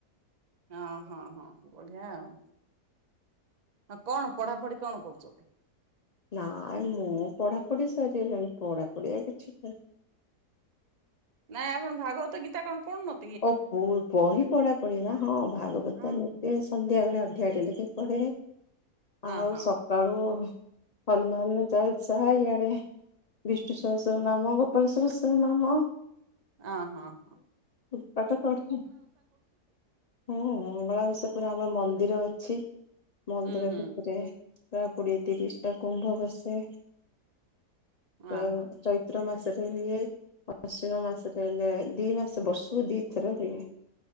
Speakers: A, on the right; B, on the left.
A: ହଁ-ହଁ-ହଁ ବଢିଆ ଆଉ। ଆଉ କଣ ପଢାପଢି କଣ କରୁଚ?
B: ନାଇଁ ମୋ ପଢାପଢି ସରିଗଲାଣି ପଢାପଢି ଆଉ କିଛି ନାହିଁ।
A: ନାଇଁ ଆପଣ ଭାଗବତ ଗୀତା କଣ ପଢୁନ?
B: ଓ ବହି ପଢାପଢି ନା ହଁ, ଭାଗବତ
A: ହଁ
B: ଏ ସନ୍ଧ୍ୟା ବେଳେ ଅଧିକା ଡେଲି ଟିକେ ପଢେ
A: ହଁ
B: ଆଉ
A: ହଁ
B: ସ କାଳୁ ହନୁମାନ ଚାଳିଶିଆ ଇଆଡେ ବିଷ୍ଣୁ ସହସ୍ର ନାମ, ଗୋପାଳ ସହସ୍ର ନାମ
A: ଆ ହଁ-ହଁ।
B: ଏଇ ପାଠ <unintelligible> ହଁ ମଙ୍ଗଳା ବି ସେପଟେ ଆମର ମନ୍ଦିର ଅଛି, ମନ୍ଦିର
A: ହୁଁ ହୁଁ
B: ଭିତେରେ ପ୍ରାୟ କୋଡିଏ ତିରିଶ ଟା କୁମ୍ଭ ବସେ,
A: ହଁ
B: ପ୍ର
A: ହଁ
B: ଚୈତ୍ର ମା ସ ରେ ହୁଏ, ଆଶ୍ୱିନ ମାସରେ ହେଲେ ଦି ମାସେ <unintelligible> କୁ ଦି ଥର ହୁଏ